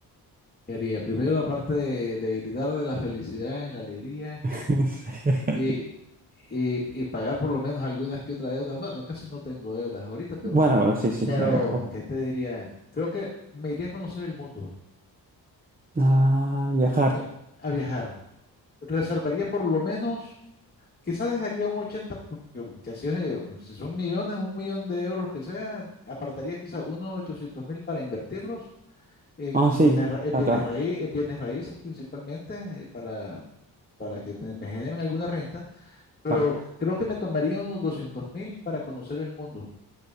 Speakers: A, on the left; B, on the right.
A: ¿Qué haría? Primero, aparte de, de gritar de la felicidad y la alegría.
B: <laughs>
A: Y, y- y pagar por lo menos algunas que otras deudas. Bueno, casi no tengo deudas ahorita, pero,
B: Bueno, pero sí, sí,
A: pero,
B: sí, me conozco.
A: ¿qué te diría? Creo que me iría a conocer el mundo,
B: Ah, viajar.
A: me- a viajar. Reservaría por lo menos, quizás dejaría un 80 porque ya si, es, eh, si son millones, un millón de euros que sea, apartaría quizás unos ochocientos mil para invertirlos en
B: Ah, sí,
A: bienes, ra- en
B: ah,
A: bienes
B: claro,
A: raí- en bienes raíces principalmente, eh, para, para que me me generen alguna renta Pero
B: claro.
A: creo que me tomaría unos doscientos mil para conocer el mundo,